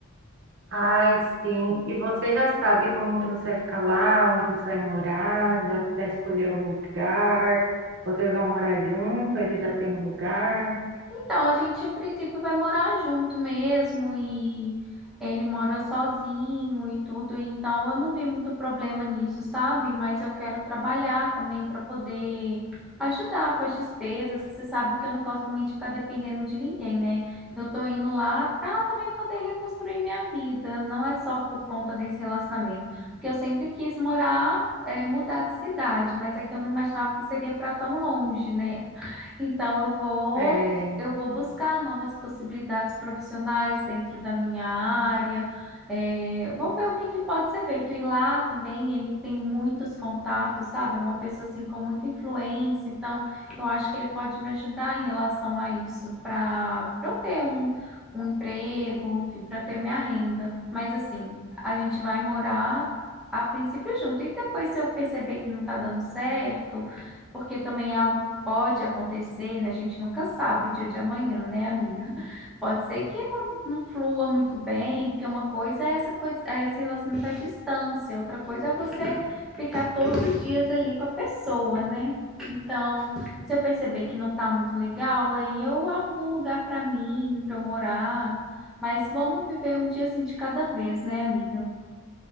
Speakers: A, on the right; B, in the centre.
A: Ai, sim. E você já sabe como que você vai ficar lá, onde você vai morar, já você escolheu o lugar, vocês vão morar junto, ele já tem o lugar.
B: Então, a gente a princípio vai morar junto mesmo e ele mora sozinho e tudo, então eu não vi muito problema nisso, sabe? Mas eu quero trabalhar também para poder ajudar com as despesas, que você sabe que eu não gosto também de ficar dependendo de ninguém, né? Eu tô indo lá para também poder reconstruir minha vida, não é só por conta desse relacionamento, porque eu sempre quis morar, eh, mudar de cidade, mas é que eu não imaginava que seria para tão longe, né? <laughs> Então eu vou
A: É,
B: eu vou buscar novas possibilidades profissionais dentro da minha área. É, vou ver o que que pode ser feito. E lá também ele tem muitos contatos, sabe? É uma pessoa assim com muita influência. Então, eu acho que ele pode me ajudar em relação a isso, para eu ter um, um emprego, enfim, para ter minha renda. Mas assim, a gente vai morar a princípio junto. E depois, se eu perceber que não está dando certo porque também é algo que pode acontecer, né? A gente nunca sabe o dia de amanhã, né, amiga? <laughs> Pode ser que não, não flua muito bem, porque uma coisa é essa coisa, é esse relacionamento à distância, outra coisa é você ficar todos os dias ali com a pessoa, né? Então, se eu perceber que não tá muito legal, aí eu arrumo um lugar para mim, para eu morar. Mas vamos viver um dia assim de cada vez, né, amiga?